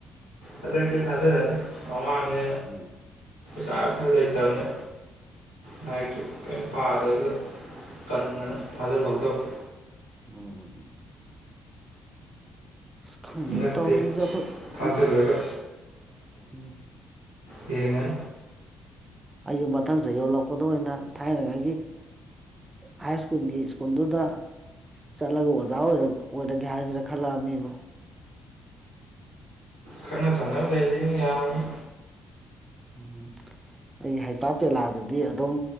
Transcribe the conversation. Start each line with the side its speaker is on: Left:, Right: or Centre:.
Left: ꯑ ꯊꯦꯅꯤ
Right: ꯎꯝ
Left: ꯄ ꯈꯗꯦꯇꯅꯦ ꯂꯥꯏꯔꯤꯛꯁꯨ ꯀꯔꯤ ꯄꯥꯗꯒ ꯀꯗꯅ ꯊꯥꯖꯍꯧꯗꯕ
Right: ꯎꯝ ꯑ ꯈꯪꯗꯦ
Left: ꯍꯟꯗꯛꯇꯤ
Right: ꯇꯧꯔꯤꯁ ꯑꯩꯈꯣꯏ
Left: ꯊꯥꯖꯤꯜꯂꯒ
Right: ꯎ ꯎꯝ
Left: ꯌꯦꯔꯉꯟ
Right: ꯑꯩꯁꯨ ꯃꯊꯪꯁꯦ ꯌꯣꯜꯂꯛꯄꯗ ꯑꯣꯏꯅ ꯊꯥꯏꯅꯉꯥꯏꯒꯤ ꯍꯥꯏ ꯁ꯭ꯀꯨꯜꯒꯤ ꯁ꯭ꯀꯨꯜꯗꯨꯗ ꯆꯠꯂꯒ ꯑꯣꯖꯥ ꯑꯣꯏꯔꯒꯦ ꯍꯥꯏꯁꯤꯅ ꯈꯜꯂꯛꯑ ꯃꯤꯕꯨ
Left: ꯈꯪꯅ ꯆꯥꯟꯅꯕ ꯀꯩꯗꯤ ꯑꯗꯨꯝꯛ ꯌꯥꯔꯅꯤ
Right: ꯎꯝ ꯅꯣꯏꯒꯤ ꯍꯩꯄꯥꯛꯥꯛ ꯄꯦꯂꯥꯗꯨꯗꯤ ꯑꯗꯨꯝ